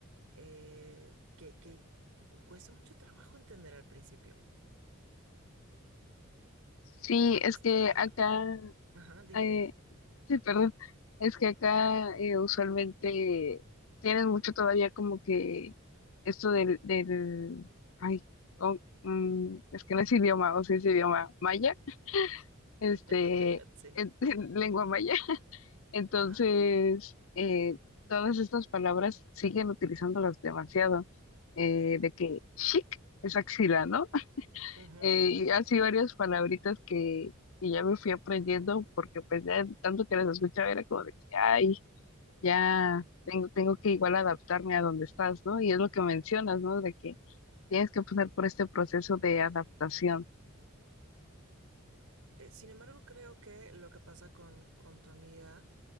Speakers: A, on the right; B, on the left.
A: eh, que, que cuesta mucho trabajo entender al principio.
B: Sí,
A: Creo
B: es
A: que hasta...
B: que acá,
A: Ajá, dime,
B: eh,
A: dime.
B: sí, perdón, es que acá eh, usualmente tienes mucho todavía como que esto del, del, ay, oh, mm, es que no es idioma, o si es idioma maya, este,
A: <laughs> Sí.
B: <laughs> lengua maya. Entonces,
A: Ajá.
B: eh, todas estas palabras siguen utilizándolas demasiado, eh, de que chic es axila, ¿no? <laughs>
A: Ujú,
B: Eh,
A: ujú.
B: y así varias palabritas que, que ya me fui aprendiendo porque pues ya tanto que las escuchaba era como de que, ay, ya tengo, tengo que igual adaptarme a donde estás, ¿no? Y es lo que mencionas, ¿no? De que tienes que pasar por este proceso de adaptación.
A: Eh, sin embargo, creo que lo que pasa con, con tu amiga